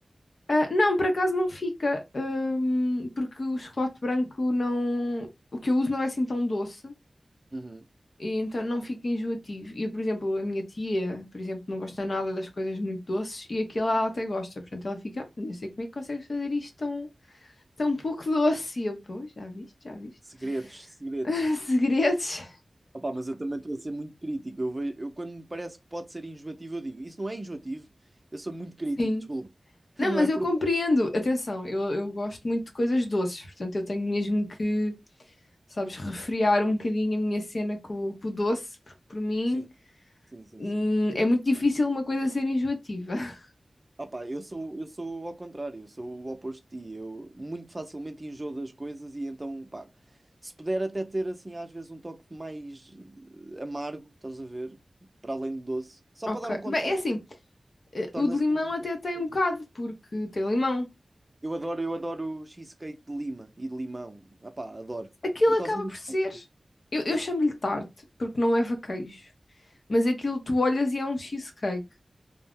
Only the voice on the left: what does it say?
Ah, não, por acaso não fica, hum, porque o chocolate branco não. O que eu uso não é assim tão doce,
e então não fica enjoativo. E, por exemplo, a minha tia, por exemplo, não gosta nada das coisas muito doces, e aquilo ela até gosta, portanto ela fica, "Ah, não sei como é que consegues fazer isto tão, tão pouco doce. E eu, pô, já viste, já viste.
<laughs> Segredos,
sim.
Não,
mas
eu compreendo.
Atenção, eu, eu gosto muito de coisas doces, portanto eu tenho mesmo que, sabes, refriar um bocadinho a minha cena com, com o doce, porque por mim,
hum,
é muito difícil uma coisa ser enjoativa. <laughs>
Ok.
Bem, é assim, eh,
o de limão
até tem um bocado, porque tem limão.
Aquilo
acaba
por ser. Eu, eu chamo-lhe tarte, porque não leva queijo. Mas aquilo tu olhas e é um cheesecake,